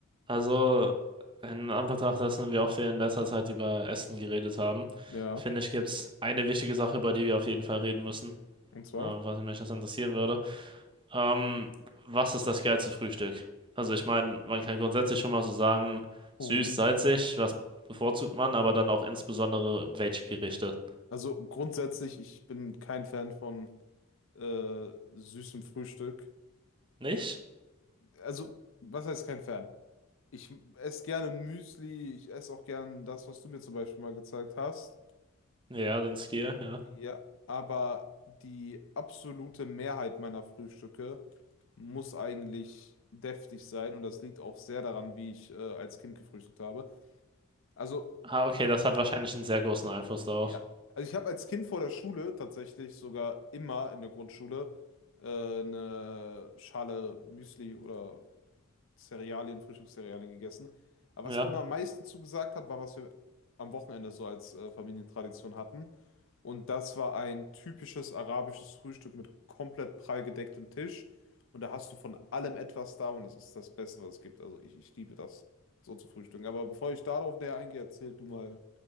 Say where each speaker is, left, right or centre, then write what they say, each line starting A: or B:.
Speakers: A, on the right; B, on the left.
A: Also, in Anbetracht dessen, wie oft wir in letzter Zeit über Essen geredet haben,
B: Ja,
A: finde ich, gibt es eine wichtige Sache, über die wir auf jeden Fall reden müssen,
B: und zwar?
A: äh, was mich das interessieren würde. Ähm, was ist das geilste Frühstück? Also, ich meine, man kann grundsätzlich schon mal so sagen, süß,
B: Oh.
A: salzig, was bevorzugt man, aber dann auch insbesondere welche Gerichte.
B: Also grundsätzlich, ich bin kein Fan von äh, süßem Frühstück.
A: Nicht?
B: Also, was heißt kein Fan? Ich esse gerne Müsli, ich esse auch gerne das, was du mir zum Beispiel mal gezeigt hast.
A: Ja, den Skier, ja.
B: Ja, aber die absolute Mehrheit meiner Frühstücke muss eigentlich deftig sein und das liegt auch sehr daran, wie ich äh, als Kind gefrühstückt habe. Also
A: Ah, okay, das hat wahrscheinlich einen sehr großen Einfluss darauf.
B: Ja. Also ich habe als Kind vor der Schule tatsächlich sogar immer in der Grundschule äh, eine Schale Müsli oder Cerealien, Frühstückscerealien gegessen. Aber
A: Ja.
B: was mir immer am meisten zugesagt hat, war, was wir am Wochenende so als äh, Familientradition hatten. Und das war ein typisches arabisches Frühstück mit komplett prall gedecktem Tisch. Und da hast du von allem etwas da und es ist das Beste, was es gibt. Also ich, ich liebe das so zu frühstücken. Aber bevor ich darauf näher eingehe, erzähl du mal